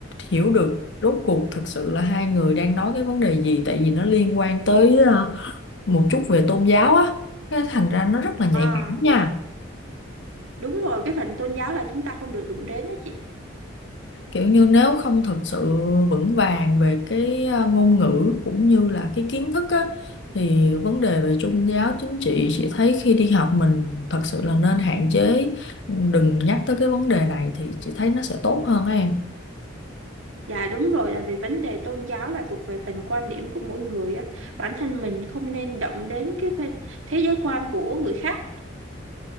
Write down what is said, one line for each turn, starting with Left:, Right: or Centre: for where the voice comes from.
Left: hiểu được rốt cuộc thực sự là hai người đang nói cái vấn đề gì tại vì nó liên quan tới ờ, một chút về tôn giáo á cái thành ra nó rất là nhạy
Right: à
Left: cảm
Right: dạ
Left: nha
Right: đúng rồi cái phần tôn giáo là chúng ta không được đụng đến đó chị
Left: kiểu như nếu không thực sự vững vàng về cái ờ, ngôn ngữ cũng như là cái kiến thức á thì vấn đề về tôn giáo chính trị chị thấy khi đi học mình thật sự là nên hạn chế ừ, đừng nhắc tới cái vấn đề này thì chị thấy nó sẽ tốt hơn á em
Right: dạ đúng rồi là vì vấn đề tôn giáo là thuộc về phần quan điểm của mỗi người á bản thân mình không nên động đến cái phần thế giới quan của người khác